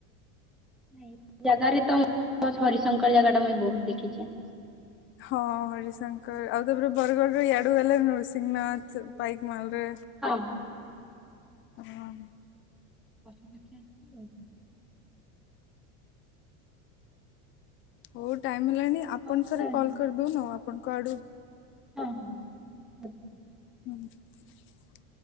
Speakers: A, in the centre; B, on the left (about 35°).
A: ନାଇଁ ସେ ଜାଗାରେ ତ ହରିଶଙ୍କର ଜାଗା ଟା ମୁଇଁ ବହୁତ ଦେଖିଛେ।
B: ହଁ ହରିଶଙ୍କର ଆଉ ତାପରେ ବରଗଡ଼ରୁ ଇଆଡୁ ହେଲେ ନୃସିଂହନାଥ ପାଇକ ମାଲ ଲ
A: ହଁ। ହଁ
B: ହଁ।
A: ପଶୁପଖି ଆସିବ ଆଉ।
B: ହଉ ଟାଇମ ହେଲାଣି ଆପଣ
A: ହଉ
B: ଥରେ
A: ତାହେଲେ
B: କଲ କରିଦଉନ ଆପଣଙ୍କ ଆଡୁ।
A: ହଁ ହଁ ଆଛା।
B: ହୁଁ।